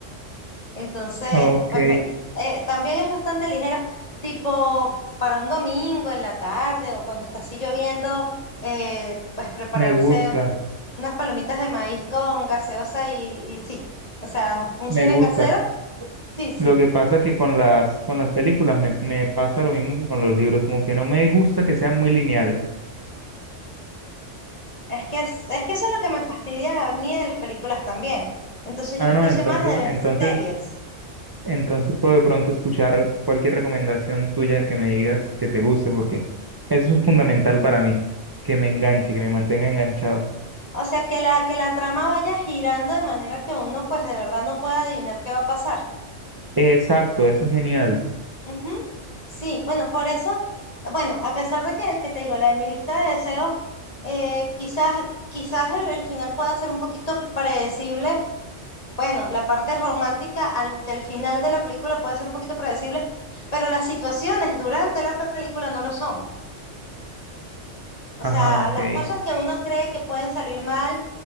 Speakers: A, on the left; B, on the right.
A: Entonces,
B: Ok,
A: pues me- eh, también es bastante ligera, tipo para un domingo en la tarde o cuando está así lloviendo, eh, pues prepararse
B: me gusta,
A: un- unas palomitas de maíz con gaseosa y, y sí, o sea, un
B: me
A: cine
B: gusta.
A: casero, sí, sí.
B: Lo que pasa que con las, con las películas me, me pasa lo mismo que con los libros, como que no me gusta que sean muy lineales.
A: Es que, es, es que eso es lo que me fastidia a mí de las películas también. Entonces
B: Ah,
A: yo,
B: no,
A: yo
B: entonces,
A: soy más de ver
B: entonces,
A: series.
B: entonces puedo de pronto escuchar cualquier recomendación tuya que me digas que te guste, porque eso es fundamental para mí, que me enganche, que me mantenga enganchado.
A: O sea, que la, que la trama vaya girando de manera que uno pues de verdad no pueda adivinar qué va a pasar.
B: Exacto, eso es genial.
A: Ujú. Sí, bueno, por eso, bueno, a pesar de que, que te digo, la de mi lista de deseos, eh, quizás, quizás el, el final pueda ser un poquito predecible. Bueno, la parte romántica al- del final de la película puede ser un poquito predecible, pero las situaciones durante la película no lo son. O
B: Ajá,
A: sea,
B: ok.
A: las Ah, cosas que uno cree que pueden salir mal,